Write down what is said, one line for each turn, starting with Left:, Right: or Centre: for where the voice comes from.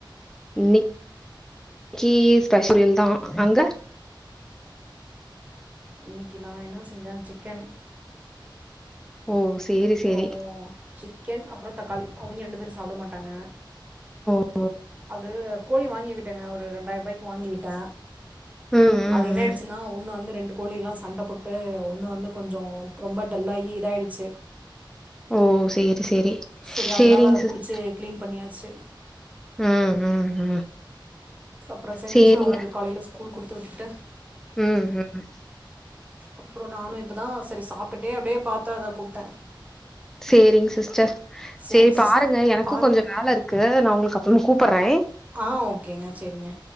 Centre: இன்னை க்கி ஸ்பெஷல்தா அங்க
Right: இன்னைக்கு நா என்ன செஞ்ச சிக்கன்
Centre: ஓ! சேரி,
Right: அப்புறோ
Centre: சேரி.
Right: சிக்கன் அப்றோ தக்காளி அவிங்க ரெண்டு பேரு சாப்ட மாட்டாங்க
Centre: ஒ
Right: அது கோழி வாங்கி விட்டேங்க ஒரு ரெண்டாய்ர்பாய்க்கு வாங்கிவிட்ட
Centre: ம், ம்,
Right: அது என்ன ஆய்டுச்சுன்னா
Centre: ம்.
Right: ஒன்னு வந்து ரெண்டு கோழிலா சண்ட போட்டு ஒன்னு வந்து கொஞ்சோ ரொம்ப டல்லாகி இதாய்டுச்சு
Centre: ஓ சேரி சேரி
Right: செரி
Centre: சேரிங்க
Right: அதனால அத
Centre: சிஸ்
Right: புடிச்சி கிளீன் பண்ணியாச்சி
Centre: ம் ம் ம்
Right: அப்பறோ செஞ்சி
Centre: சேரிங்க.
Right: அவனுக்கு காலேல ஸ்கூல் குடுத்து விட்டுட்டு
Centre: ம் ம்
Right: அப்பறோ நானு இப்பதா செரி சாப்ட்டுடே அப்டியே பாத்தே அதா கூப்ட்டே
Centre: சேரிங்க சிஸ்டர்
Right: சேரி
Centre: செரி
Right: சிஸ்
Centre: பாருங்க எனக்கு
Right: பாருங்க
Centre: கொஞ்சோ வேலை இருக்கு நா உங்களுக்கு அப்பறமா கூப்ட்றே
Right: ஆ ஓகேங்க செரிங்க